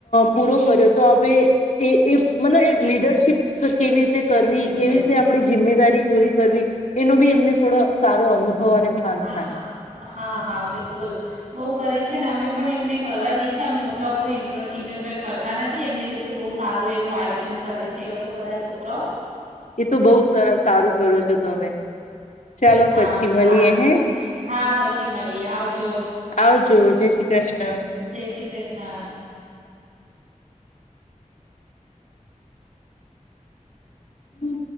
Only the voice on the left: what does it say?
પૂરો કર્યો તો હવે મતલબ એ લીડરશીપ. કેવી રીતે કરવી
કેવી ર જિમ્મેદારી પૂરી કરવી એનો બી એમને થોડો સારો અનુભવ. અને ભાન
થાય
એ તો બહુ સારું કરો છો તમે. ચાલો
પછી મળીએ હે
આવજો જય શ્રી કૃષ્ણ
હમ્મ.